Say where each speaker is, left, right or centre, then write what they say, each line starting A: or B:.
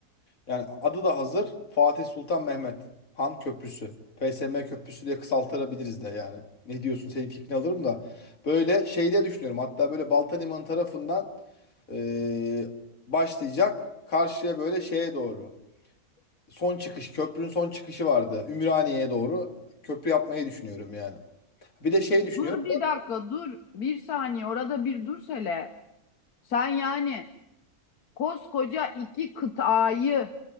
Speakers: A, on the left (about 65°); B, on the left (about 80°).
A: Yani adı da hazır. Fatih Sultan Mehmet Han Köprüsü. PSM Köprüsü diye kısaltırabiliriz de yani. Ne diyorsun? Senin fikrini alırım da. Böyle şeyde düşünüyorum. Hatta böyle Balta Limanı tarafından eee, başlayacak. Karşıya böyle şeye doğru. Son çıkış. Köprünün son çıkışı vardı. Ümraniye'ye doğru köprü yapmayı düşünüyorum yani. Bir de şey düşünüyorum.
B: Dur bir dakika dur bir saniye orada bir dur hele. Sen yani koskoca iki kıtayı